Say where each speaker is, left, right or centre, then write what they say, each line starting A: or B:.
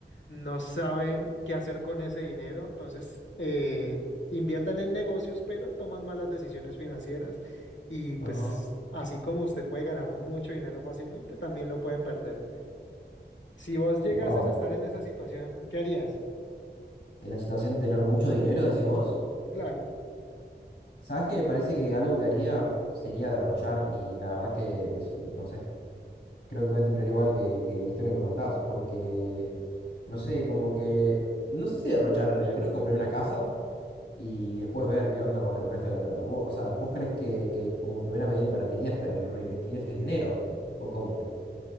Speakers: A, on the left; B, on the left.
A: no saben qué hacer con ese dinero, entonces eh, invierten en negocios, pero toman malas decisiones financieras y pues
B: Ajá.
A: así como usted puede ganar mucho dinero fácilmente, también lo puede perder. Si vos llegases
B: Wow.
A: a estar en esa situación, ¿qué harías?
B: En la situación de tener mucho dinero, decís vos.
A: Claro.
B: ¿Sabes qué? Me parece que algo que haría sería derrochar y la verdad que, es- no sé, creo que voy a terminar igual que, que la historia que me contás, porque, no sé, como que, no sé si derrochar en realidad, creo que compré una casa y después ver qué onda con el resto de la plata. Vos- o sea, ¿vos crees que, que como primera medida invertirías, la- el, reinvertirías el dinero? ¿O cómo?